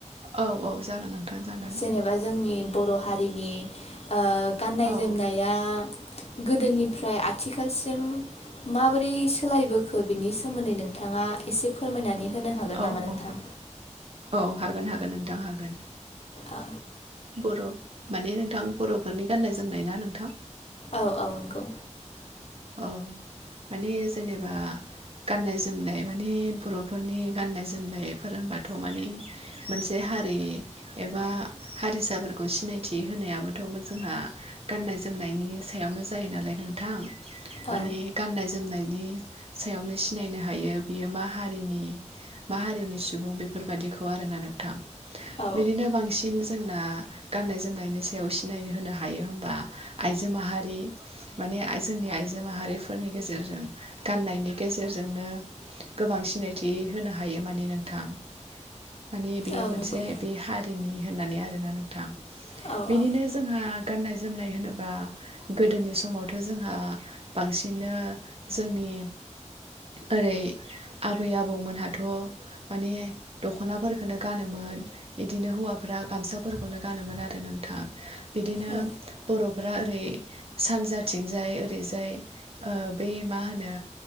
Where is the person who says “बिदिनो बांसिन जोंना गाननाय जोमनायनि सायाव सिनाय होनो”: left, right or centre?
Right